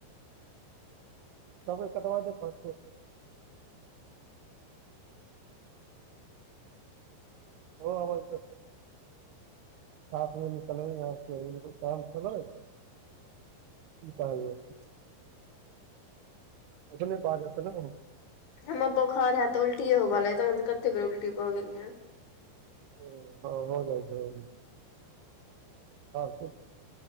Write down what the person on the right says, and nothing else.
तब कटब प ओ अबै साथमे निकलबे ह काम खै कऽ कह ओ नहि बजे जात ने
ओ ह भऽ जाय छै